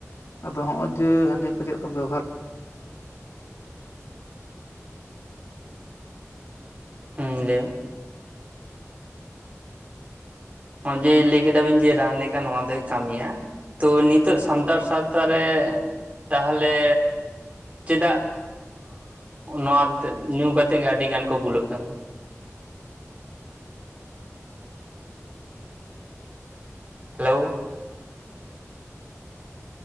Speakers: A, on the left; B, on the right.
A: ᱟᱫᱚ ᱦᱚᱸᱜᱼᱚᱭ ᱡᱮ ᱦᱟᱺᱰᱤ ᱠᱚ ᱪᱮᱫ ᱠᱚ ᱵᱮᱵᱚᱦᱟᱨ
B: ᱦᱩᱸ ᱞᱟᱹᱭ ᱵᱤᱱ, ᱦᱚᱸᱜ ᱡᱮ ᱞᱟᱹᱭ ᱠᱮᱫᱟᱵᱤᱱ ᱡᱮ ᱨᱟᱱ ᱞᱮᱠᱟ ᱱᱚᱣᱟ ᱫᱚᱭ ᱠᱟᱹᱢᱤᱭᱟ᱾ ᱛᱚ ᱱᱤᱛᱚᱜ ᱥᱟᱱᱛᱟᱲ ᱥᱟᱶᱛᱟ ᱨᱮ ᱛᱟᱦᱚᱞᱮ ᱪᱮᱫᱟᱜ ᱚ ᱱᱚᱣᱟ ᱛᱮᱜ ᱧᱩ ᱠᱟᱛᱮᱜ ᱜᱮ ᱟᱹᱰᱤ ᱜᱟᱱ ᱠᱚ ᱵᱩᱞᱟᱹᱜ ᱠᱟᱱᱟ᱾ ᱦᱮᱞᱳ